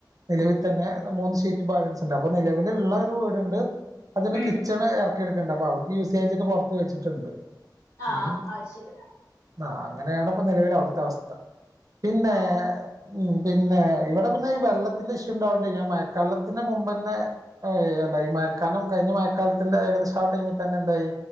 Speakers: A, on the right; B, on the left.
A: നിലവി തന്നെ മൂന്ന് ഷീറ്റ് ബാലൻസ് ണ്ട് അപ്പൊ നിലവിലള്ള രു വീടുണ്ട് അതിന്റെ
B: ഉം
A: കിച്ചണ് ഇറക്കി യെട്ക്കണ്ട് അപ്പൊ അവ്ട്ക്ക് യൂസീയ ച്ട്ട് പുറത്ത് വെച്ചിട്ടുണ്ട്
B: ആഹ
A: ഉം
B: ആ ശരി.
A: ആ അങ്ങനെയാണ്പ്പ നിലവിലെ അവ്ട് ത്തെ അവസ്ഥ. പിന്നെ
B: ഓ
A: ഉം പിന്നെ ഇവിടെ പിന്നെ ഈ വെള്ളത്തിന്റെ ഇഷ്യൂ ഇണ്ടാവോണ്ട് ഞാൻ മാ ക്കലത്തിന്റെ മുമ്പന്നെ അല്ല ഈ മഴക്കാലം കഴിഞ്ഞ മഴക്കാലത്തിന്റെ ഏകദേശം ആ ടൈമിൽ തന്നെ എന്തായി